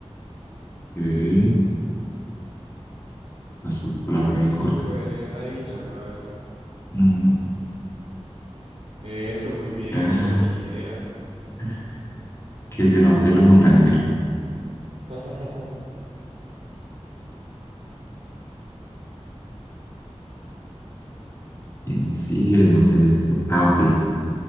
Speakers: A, on the left (about 25°); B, on the right (about 80°).
A: Ok, las palabras
B: Yo creo
A: muy
B: que
A: cortas.
B: se puede adivinar, la verdad.
A: Mm,
B: Eso, muy bien,
A: ya,
B: cordillera.
A: <laughs> que se note lo montañero.
B: <laughs>
A: ¿Quién sigue? No sé esto. Ah, ok.